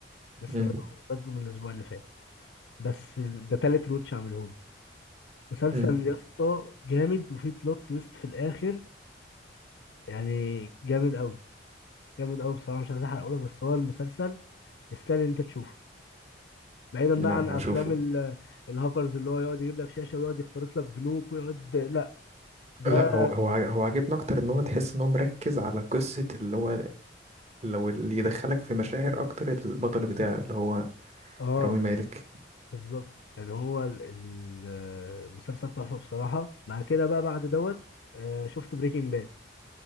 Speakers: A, on the left; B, on the right.
A: لسه
B: مم.
A: بادئ بادئه من الاسبوع اللي فات بس ده تالت روتش اعمله له مسلسل
B: مم.
A: يا اسطى جامد وفيه بلوت تويست في الاخر يعني جامد قوي جامد قوي بصراحه مش عايز احرقه لك بس هو المسلسل يستاهل إن انت تشوفه بعيدا
B: لا
A: بقى عن افلام
B: اشوفه
A: ال- الهاكرز اللي هو يقعد يجيب لك شاشه ويقعد يخترق لك بنوك ويقعد لا ده
B: لا هو هو عاج- هو عاجبني اكتر ان هو تحس ان هو مركز على قصة اللي هو لو اللي يدخلك في مشاعر اكتر البطل بتاعه اللي هو
A: اه
B: رامي مالك
A: بالظبط يعني هو ال- ال- المسلسل تحفه بصراحه مع كده بقى بعد دوت آه، شفت بريكنج باد